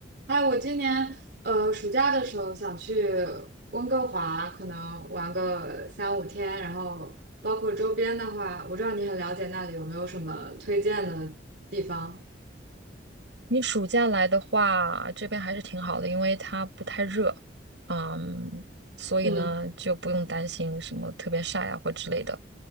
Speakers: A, on the right (about 60°); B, on the right (about 75°).
A: 还有我今年呃暑假的时候想去温哥华，可能玩个三五天，然后包括周边的话，我知道你很了解那里有没有什么推荐的地方？
B: 你暑假来的话，这边还是挺好的，因为它不太热，嗯，所以呢就不用担心什么特别晒啊或之类的。
A: 嗯，